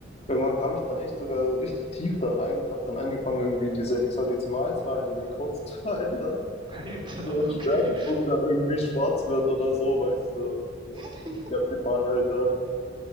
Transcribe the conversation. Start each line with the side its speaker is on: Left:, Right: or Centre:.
Left: Irgendwann kam ich dann echt sogar richtig tief da rein und habe dann angefangen, irgendwie diese Hexadezimalzahlen in den Codes <laughs> zu verändern.
Right: Alter,
Left: Damit der Schwertsprung
Right: okay.
Left: dann irgendwie schwarz wird oder so, weißt du.
Right: <laughs>
Left: Ja, abgefahren halt. Ja,